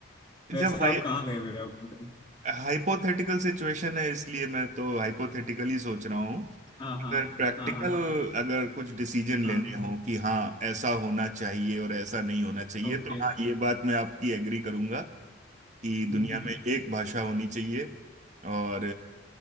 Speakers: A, on the right; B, on the left.
A: जब
B: वैसे
A: हाई
B: आप कहाँ गए हुए हो अभी तक
A: हाइपोथेटिकल सिचुएशन है इसलिए मैं तो हाइपोथेटिकल ही सोच रहा हूँ
B: हाँ हाँ
A: अगर प्रैक्टिकल
B: हाँ हाँ
A: अगर कुछ डिसीजन
B: हाँ
A: लेने हो कि हाँ ऐसा होना चाहिए और ऐसा नहीं होना चाहिए
B: okay
A: तो हाँ ये बात मैं आपकी एग्री करूंगा कि
B: Hmm,
A: दुनिया में एक भाषा होनी चाहिए और